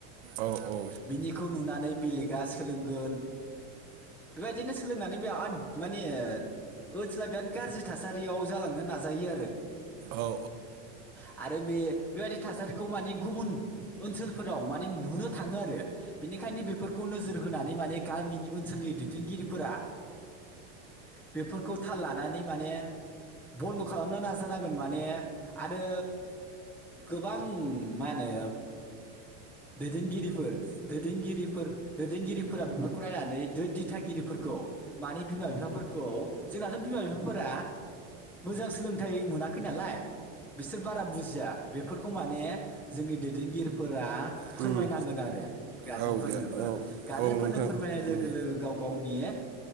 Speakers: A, on the right; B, in the centre.
A: औ औ
B: बिनिखौ नुनानै बेलेगा सोलोंगोन बेबायदिनो सोलोंनानै बिराद माने ओनसोला बिराद गाज्रि थासारियाव जालांनो नाजायो
A: ओ औ
B: आरो। आरो बे बेबायदि थासारिखौ माने गुबुन ओनसोलफोराव माने नुनो थाङो आरो बिनिखायनो बेफोरखौ नोजोर होनानै माने गामिनि ओनसोलनि दैदेन गिरिफोरा बेफोरखौ थाल लानानै माने बन्द' खालामनो नाजानांगोन माने आरो गोबां मा होनो दैदेनगिरिफोर, दैदेनगिरिफोर दैदेनगिरिफोरा बेफोरखौ नायनानै दिथागिरिफोरखौ माने बिमा बिफाफोरखौ। जोंनाथ' बिमा बिफाफोरा मोजां सोलोंथाइ मोना खै नालाय बिसोर बारा बुजिया बेफोरखौ माने जोंनि दैदेनगिरिफोरा
A: ओ
B: फोरमायनांगोन
A: उम
B: आरो गारजेनफोरनोबो।
A: औ दे औ
B: गार्जेनफोरनो
A: औ नोंथां
B: फोरमायनाय लोगो
A: उम
B: लोगो गाव गावनि